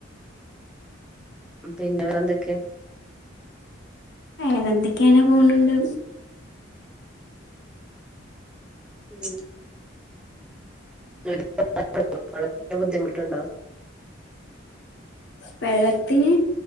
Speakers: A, in the centre; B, on the left.
A: പിന്നെ വെറെ എന്തൊക്കെ?
B: വേറെന്തൊക്കെയനെ പോണ് ണ്ട്
A: ഉം <unintelligible> വളരെ ബുദ്ധിമുട്ടുണ്ടോ
B: വെള്ളത്തിന്